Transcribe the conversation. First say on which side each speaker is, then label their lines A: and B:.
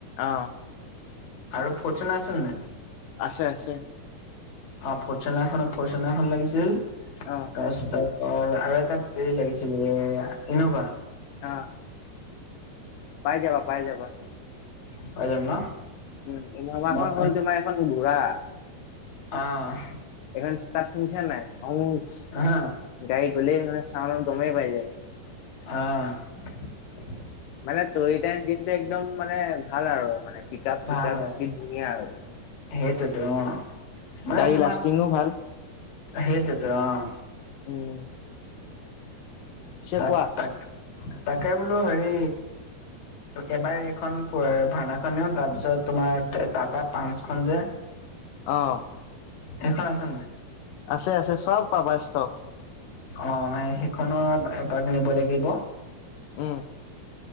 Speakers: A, on the left (about 85°); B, on the left (about 50°).
A: অহ,
B: আৰু ফচনে আছে নাই?
A: আছে আছে
B: অ ফৰচোনা এ ফৰচনে এখন লাগিছিল তাৰপিছত
A: অ
B: অ', আৰু এটা হেৰি লাগিছিলে এ ইন'ভা
A: অ', পাই যাবা পাই যাবা
B: পাই জাম ন?
A: উম ইন'ভাখনন
B: মই
A: হ'ল তোমাৰ এখন বুঢ়া
B: অ',
A: এখন ষ্টাৰ্ট খুনিচনে নাই
B: হা
A: গাই গলে মানে চাউণ্ড ত গমে পাই যায়।
B: আহ,
A: মানে, তৰি টাইম দিনটো একদম মানে ভাল আৰু মানে পিকাৰত-চিকাৰত
B: ভাল হয়
A: স্পীন বঢ়িয়া আৰু।
B: সেইটোতো অ', মানে
A: গাড়ী
B: তোমাৰ
A: লাষ্টিঙো ভাল
B: সেইটোতো অ'।
A: উম, পিছে
B: তাত
A: কোৱা
B: তাক তাকে বোলো হেৰি, এবাৰ এখন ভাওনাখন নিওঁ তাৰপিছত টাটা পাঞ্চখন যে
A: অ',
B: এখন আছে নাই?
A: আছে আছে চব পাবা ষ্টক।
B: অ', সেইখনো এপাক নিব লাগিব।
A: উম,